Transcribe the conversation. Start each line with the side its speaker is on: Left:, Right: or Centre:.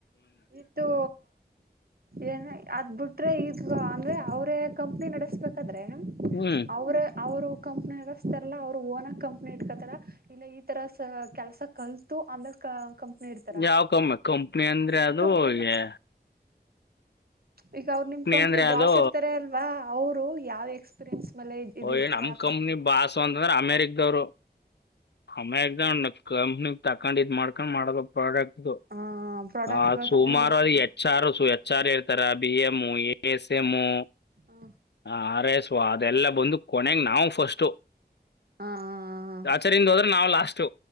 Right: ಇದು ಏನ್ ಅದ್ ಬಿಟ್ರೆ ಇ ಹ ಅಂದ್ರೆ ಅವ್ರೇ ಕಂಪ್ನಿ ನಡೆಸ್ಬೇಕಾದ
Left: ಹ್ಞೂ
Right: ಅವರ ಅವರು ಕಂಪ್ನಿ ಅಸ್ತಾರಲ್ಲಾ ಅವ್ರು ಓನ ಕಂಪ್ನಿ ಇಟ್ಕತಾರ ಇಲ್ಲ ಈ ತರ ಕೆಲಸ ಕಲ್ ತು ಆಮೇಲೆ ಕಂಪ್ನಿ ಇಡ್ತಾರ
Left: ಯಾವ ಕ ಕಂಪ್ನಿ ಅಂದ್ರೆ
Right: ನಿಮ್
Left: ಅದು
Right: ಕಂಪ್ನಿನ
Left: <unintelligible>
Right: ಈಗ ಅವರು ನಿಮ್ ಕಂಪ್ನಿ
Left: ಅಂದರೆ
Right: ಬಾಸ್
Left: ಅದು
Right: ಇರ್ತಾರೆ ಅಲ್ವಾ ಅವರು ಯಾವ್ ಎಕ್ಸ್ಪೀರಿಯನ್ಸ್ ಮೇಲೆ ಇದ್
Left: ಓ
Right: ಇಡ್ತಾರೆ
Left: ಏ ನಮ್
Right: ಆಫೀಸ್
Left: ಕಂಪ್ನಿ
Right: ನ
Left: ಭಾಸ ಅಂತಂದ್ರೆ ಅಮೇರಿಕ್ವ್ರು ಹಮ್ಮ ಜ <inaudible> ಕಂಪ್ನಿ ತಕೊಂಡ ಇದ್ ಮಾಡ್ಕೊಂಡು ಮಾಡೋದ ಪ್ರಾಡಕ್ಟ್ ಇದು
Right: ಹ ಪ್ರಾಡಕ್ಟ್
Left: ಹ
Right: ಗಳು
Left: ಸೋಮಾರು
Right: ತಗೊಂಡ್ ಬಿಡ್ತಾರೆ
Left: ಅದು ಎಚ್ ಸಾರು ಚಾರ ತರಾ ಬಿ ಎಮ ಎಸ್ ಎಮ್ಊ
Right: ಹಾ
Left: ಆರ್ ಎಸ್ ಅದೆಲ್ಲ ಬಂದು ಕೊನೆಗ ನಾವು ಫಸ್ಟ್
Right: ಹ
Left: ಆಚರಿಂದ ಹೋದ್ರೆ ನಾವವು ಲಾಸ್ ಅಷ್ಟು